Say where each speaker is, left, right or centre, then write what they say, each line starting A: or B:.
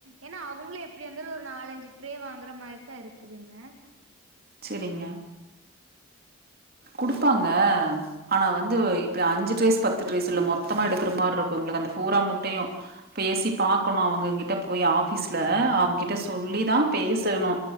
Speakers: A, on the right (about 65°); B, on the right (about 45°).
A: ஏன்னா அவங்களு எப்டி இருந்தாலு ஒரு நாலஞ்சு ட்ரே வாங்குற மாரிதா இருக்குதுங்க
B: சேரிங்க குடுப்பாங்க ஆனா வந்து இப்ப அஞ்சு ட்ரேஸ் பத்து ட்ரேஸ் இல்ல மொத்தமா எடுக்கிற மாரி இருக்குங்க அந்த பூரா முட்டையு பேசி பாக்கணு அவங்ககிட்ட போய் ஆபீஸ்ல அவங்கிட் கிட்ட சொல்லிதா பேசணு